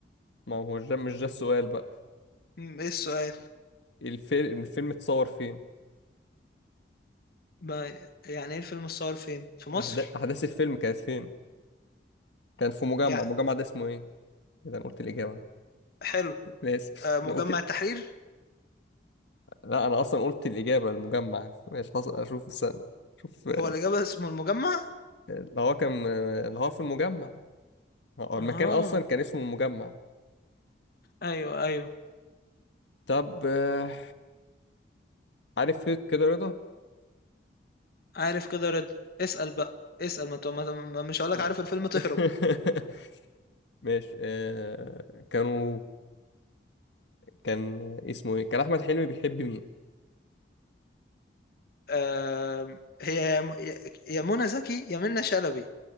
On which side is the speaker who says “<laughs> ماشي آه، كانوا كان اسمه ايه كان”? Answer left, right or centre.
Left